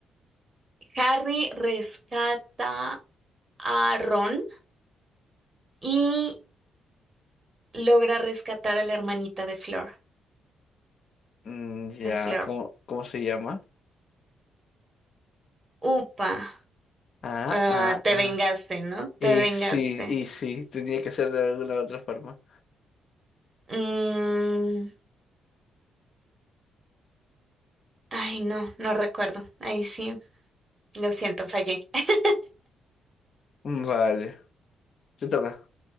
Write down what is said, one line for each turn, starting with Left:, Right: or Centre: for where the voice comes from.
Right: Harry rescata a Ron y logra rescatar a la hermanita de Flor,
Left: Mm, ya,
Right: de Flor.
Left: ¿cómo, cómo se llama?
Right: Upa,
Left: Ah,
Right: ah,
Left: ah,
Right: te
Left: ah.
Right: vengaste, ¿no? Te
Left: Y
Right: vengaste.
Left: sí, y sí, tenía que ser de alguna u otra forma.
Right: Mm, ay, no, no recuerdo. Ahí sí, lo siento, fallé. <laughs>
Left: Mm, Vale, te toca.